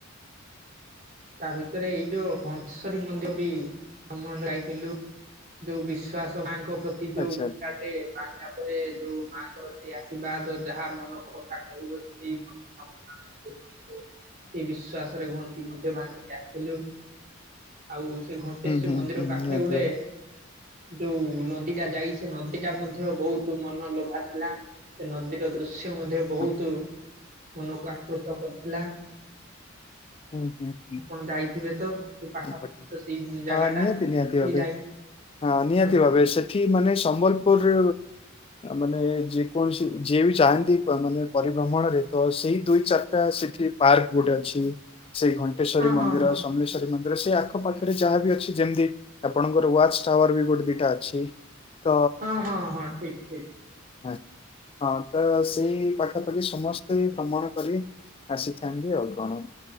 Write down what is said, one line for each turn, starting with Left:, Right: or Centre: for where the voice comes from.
Right: ତା ଭିତରେ ଏଇ ଯୋଉ ଅଂଶରୀ ମନ୍ଦ୍ୟ ବି ଭମଣ ଯାଇଥିଲୁ। ଯୋଉ ବିଶ୍ୱାସ ମାଙ୍କ ପ୍ରତି ଯୋଉ
Left: ଆଚ୍ଛା
Right: ଘଣ୍ଟା ବାନ୍ଧିଲା ପରେ ଯୋଉ ମାଙ୍କର ସେଇ ଆଶୀବାଦ ଯାହା ମନ କଥା କ ରହିବ ସେଇ ମନସ୍କାମନା ପୁରଣ ହବ ସେଇ ବିଶ୍ଵାସରେ <unintelligible> ବାନ୍ଧିକି ଆସିଲୁ ଆଉ ସେ ଘଣ୍ଟେଶୂ
Left: ହୁଁ ହୁଁ
Right: ମନ୍ଦିର
Left: ହୁଁ
Right: ପାଖରେ
Left: ନିହାତି
Right: ଗୋଟେ।
Left: ଭାବେ।
Right: ଯୋଉ ନଦୀଟା ଯାଇଛି ସେ ନଦୀ ଟା ମଧ୍ୟ ବହୁତ ମନ ଲୋଭା ଥିଲା। ସେ ନଦୀର ଦୃଶ୍ୟ ମଧ୍ୟ ବହୁତ
Left: ହଁ,
Right: ମନକୁ ଆକୃଷ୍ଟ କରୁଥିଲା।
Left: ହୁଁ ହୁଁ। ହୁଁ,
Right: ଆପଣ ଯାଇଥିବେ ତ ସେ ପାଖାପାଖି
Left: ହୁଁ, ବଢ଼ିଆ।
Right: ତ ସେଇ ଜାଗା
Left: ହଁ ନିହାତି
Right: ଟା
Left: ନିହାତି ଭାବେ
Right: ଯାଇ
Left: ହଁ ନିହାତି
Right: ହଁ
Left: ଭାବେ ସେଠି ମାନେ ସମ୍ବଲପୁର ମାନେ ଯେ କୌଣସି ଯିଏ ବି ଚାହାନ୍ତି ମାନେ ପରିଭ୍ରମଣରେ ତ ସେଇ ଦୁଇ ଚାଟା ସେଠି ପାର୍କ ଗୋଟେ ଅଛି ସେଇ ଘଣ୍ଟେଶ୍ଵରୀ
Right: ହଁ
Left: ମନ୍ଦିର,
Right: ହଁ ହଁ
Left: ସମଲେଶ୍ରୀ ମ ସେ ଆଖ ପାାଖରେ ଯାହା ବିି ଅଛି ଯେମିତି ଆପଣଙ୍କର ୱାଚ ଟାୱାର ବି ଗୋଟେ ଦିଟା ଅଛି। ତ
Right: ହଁ ହଁ ହଁ ଠିକ ଠିକ୍।
Left: ହଁ ତ ସେଇ ପାଖାପାଖି ସମସ୍ତେ ଭ୍ରମଣ କରି। ଆସିଥାନ୍ତି ଆଉ କଣ।